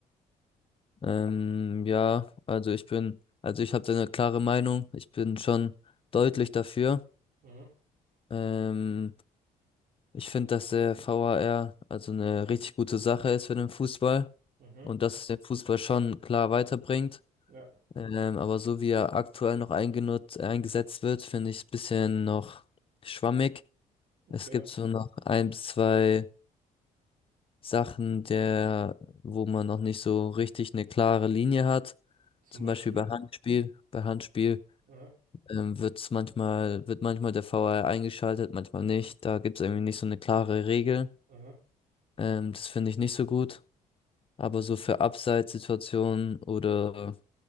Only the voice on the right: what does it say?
Mhm,
mhm,
ja,
okay.
Zum
Beispiel.
Aha,
aha,